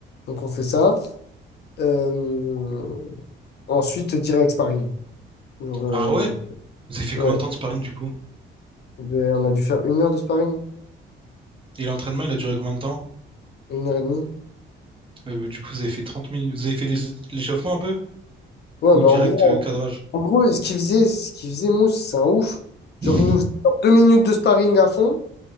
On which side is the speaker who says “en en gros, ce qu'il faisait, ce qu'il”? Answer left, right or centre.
Left